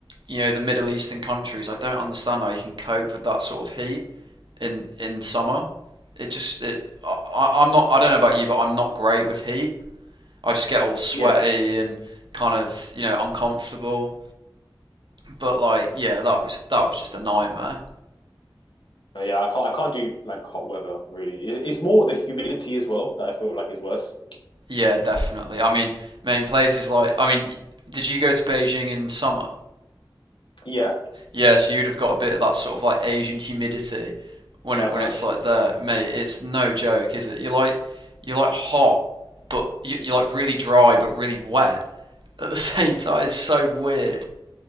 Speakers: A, on the right; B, on the left.
A: you know the middle eastern countries i don't understand how you can cope with that sort of heat in in summer it just it, I- i'm not i don't know about you but i'm not great with heat i just get all sweaty
B: Yeah.
A: and kind of you know uncomfortable but like, yeah, that was that was just a nightmare.
B: Uh, Yeah, I can't I can't do like hot weather really. It, it's more the humidity as well that I feel like is worse.
A: Yeah, definitely. I mean, in places like, I mean, did you go to Beijing in summer?
B: Yeah. <laughs>
A: Yeah, so you'd have got a bit of that sort of like Asian humidity when
B: Uh-huh.
A: it when it's like there, mate. It's no joke, is it? You're like you're like hot, but you- you're like really dry, but really wet at the <laughs> same time. It's so weird.